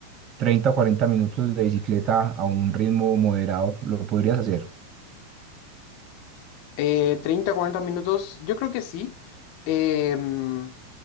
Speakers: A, on the right; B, on the left.
A: 30 o 40 minutos de bicicleta a un ritmo moderado. Lo podrías hacer.
B: Eh, 30, 40 minutos, yo creo que sí. Em,